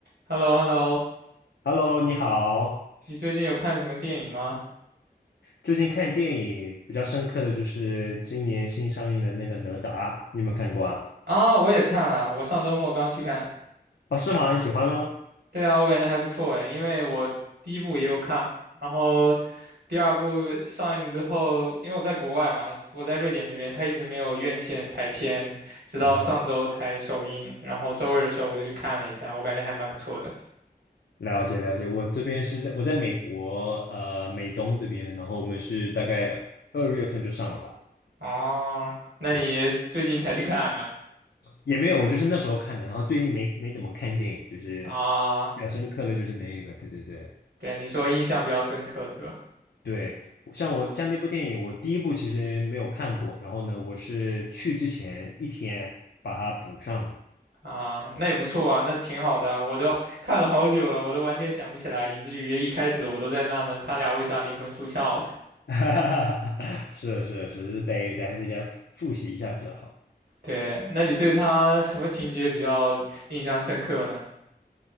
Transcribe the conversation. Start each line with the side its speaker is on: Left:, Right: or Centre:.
Right: h e l l o h e l l o
Left: Hello，你好。
Right: 你最近有看什么电影吗？
Left: 最近看电影比较深刻的就是今年新上映的那个《哪吒》，你有没有看过啊？
Right: 啊，我也看了，我上周末刚去看。
Left: 哦，是吗？你喜欢吗？
Right: 对啊，我感觉还不错诶，因为我第一部也有看嘛，然后第二部上映之后，因为我在国外嘛，我在瑞典这边，它一直没有院线排片，直到上周才首映，
Left: 嗯，
Right: 然后周日的时候我就去看了一下，我感觉还蛮不错的。
Left: 了解了解。我这边是在我在美国，呃，美东这边，然后我们是大概二月份就上了吧？
Right: 哦，那你最近才去看啊？
Left: 对，也没有，我就是那时候看的，然后最近没没怎么看电影，就是
Right: 啊，
Left: 比较深刻的就是那一个，对对对。
Right: 对，你说印象比较深刻，对吧？
Left: 对，我像我像那部电影，我第一部其实没有看过，然后呢，我是去之前一天把它补上的。
Right: 啊，那也不错啊，那挺好的啊我都看了好久了，我都完全想不起来，以至于一开始我都在纳闷他俩为啥灵魂出窍了。
Left: <laughs> 是是是，得得还是应该复复习一下比较好。
Right: 对，那你对他什么情节比较印象深刻呢？